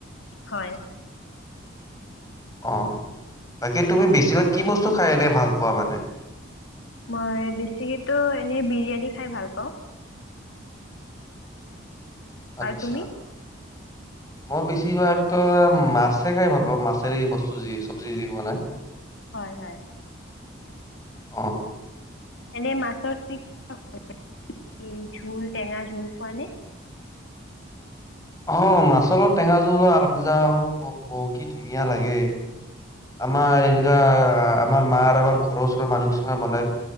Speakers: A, on the left; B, on the left.
A: হয়।
B: অ', বাকী তুমি বেছিভাগ কি বস্তু খাই এনেই ভাল পোৱা মানে?
A: মই বেছিকেতো এনেই বিৰিয়ানী খাই ভাল পাওঁ।
B: আচ্ছা।
A: আৰু তুমি?
B: মই বেছিভাগতো মাছে খাই ভাল পাওঁ, মাছেৰে বস্তু যি চব্জি যি বনাই।
A: হয়, হয়।
B: অ'।
A: এনে মাছৰ <unintelligible> জোল টেঙা জোল খোৱানে?
B: অ', মাছৰ লগত টেঙা জোলৰ আঞ্জা অস অস অ' কি ধুনীয়া লাগে। আমাৰ এনেকুৱা আমাৰ মাৰ আমাৰ ঘৰৰ ওচৰৰ মানুহ কিছুমানে বনাই